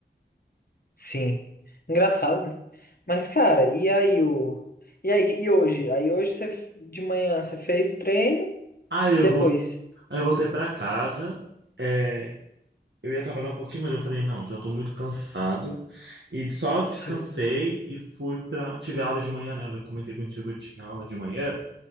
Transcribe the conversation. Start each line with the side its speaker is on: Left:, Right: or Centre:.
Left: Sim. Engraçado, né? Mas, cara, e aí o. E aí, e hoje? Aí hoje você f- de manhã você fez o treino
Right: Aí
Left: e
Right: eu
Left: depois?
Right: vou, aí eu voltei pra casa. é, Eu ia trabalhar um pouquinho, mas eu falei, não, já tô muito cansado. E só descansei
Left: Sim.
Right: e fui pra. Tive aula de manhã, né? Eu comentei contigo, eu tinha aula de manhã,